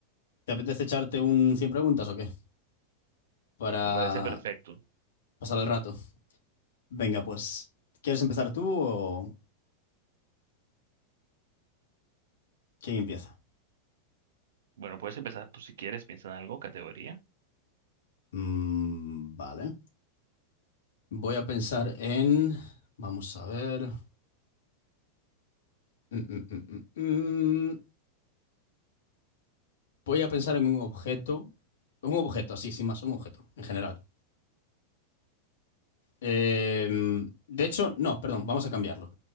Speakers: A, on the left; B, on the right.
A: te apetece echarte un 100 preguntas o qué? Para
B: Me parece perfecto.
A: pasar el rato. Venga, pues, ¿quieres empezar tú o quién empieza?
B: Bueno, puedes empezar tú si quieres, piensa en algo, categoría.
A: Mm, vale. Voy a pensar en... Vamos a ver. Mm, mm, mm, mm, mm. Voy a pensar en un objeto. Un objeto, así, sin más, un objeto, en general. Eh, de hecho, no, perdón, vamos a cambiarlo.